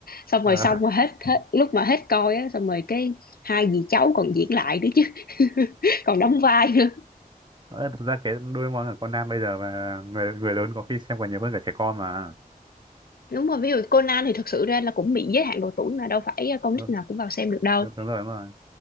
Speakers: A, on the left; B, on the right.
A: xong
B: ờ,
A: rồi xong rồi hết hết lúc mà hết coi á xong rồi cái hai dì cháu còn diễn lại nữa chứ <laughs> còn đóng vai nữa
B: ờ, thực ra cái Doraemon của Conan bây giờ mà người người lớn có khi xem còn nhiều hơn cả trẻ con mà
A: đúng rồi ví dụ Conan thì thật sự ra là cũng bị giới hạn độ tuổi mà đâu phải con
B: đúng,
A: nít nào cũng vào xem được đâu
B: đúng, đúng rồi đúng rồi